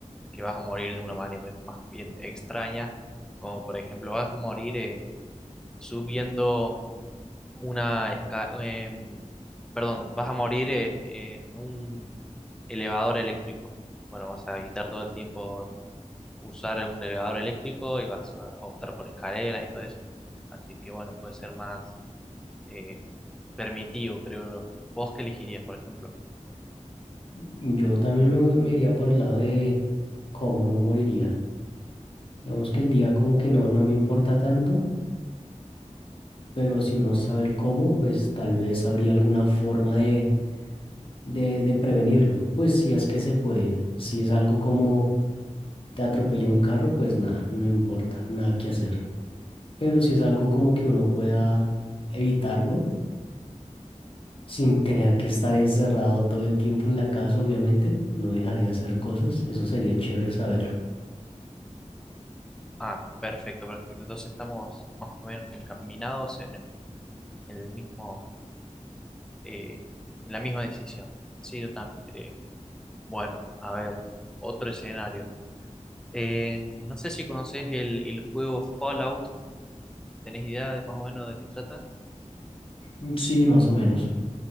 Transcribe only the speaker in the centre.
que vas a morir de una manera más bien extraña, como por ejemplo vas a morir eh, subiendo una esca- em, perdón, vas a morir en, en un elevador eléctrico. Bueno, vas a evitar todo el tiempo usar un elevador eléctrico y vas a optar por escaleras y todo eso. Así que bueno, puede ser más eh, permitivo, creo. yo. ¿Vos qué elegirías, por ejemplo?
Ah, perfecto, perfecto. Entonces estamos más o menos encaminados en el, en el mismo, eh, en la misma decisión. Sí, yo también. Eh, bueno, a ver, otro escenario. Eh, no sé si conoces el, el juego Fallout. ¿Tenés idea de más o menos de qué trata?